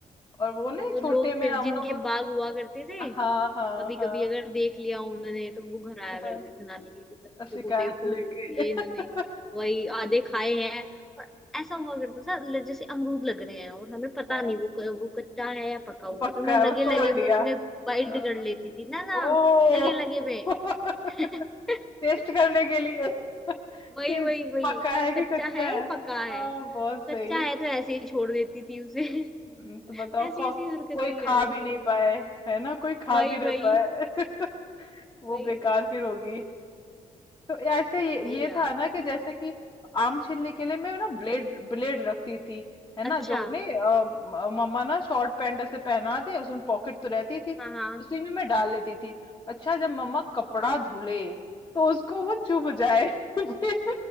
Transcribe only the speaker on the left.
और वो
नहीं
छोटे
में
हम
लोग
हाँ हाँ
हाँ
हाँ
शिकायत
लेके
<laughs>
हाँ,
पक्का
है बस
तोड़
लिया
हाँ,
ओ
<laughs>
टेस्ट करने के लिए <laughs> कि
पक्का
है
कि कच्चा
है
हाँ
बहुत सही
हम्म, तो बताओ
को,
कोई
खा
भी नहीं
पाए है ना कोई खा
भी
ना पाए <laughs> वो
बेकार फिर होगी तो ऐसे ये
ये
था ना कि जैसे कि आम छीलने के लिए मैं ना ब्लेड ब्लेड रखती थी है ना
जो नहीं अ, म- मम्मा ना शॉर्ट पैंट ऐसे पहना दे उसमें पॉकेट तो रहती थी
उसी में मैं डाल लेती थी अच्छा जब मम्मा कपड़ा धुले तो उसको वो चुभ जाए <laughs> फिर